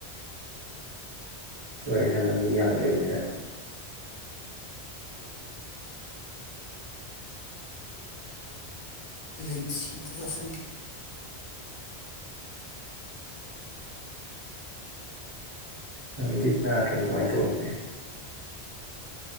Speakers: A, on the right; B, on the left.
A: ꯀ ꯁꯅ ꯃꯤ ꯌꯥꯝ ꯂꯩꯕꯅꯤꯅ
B: ꯎꯝ ꯂꯦꯝꯁꯤꯗꯗ ꯁꯪꯒꯤꯦ
A: ꯑꯗꯨꯗꯤꯅꯅꯥꯠꯇ꯭ꯔꯕ ꯀꯃꯥꯏꯅ ꯇꯧꯔꯒꯦ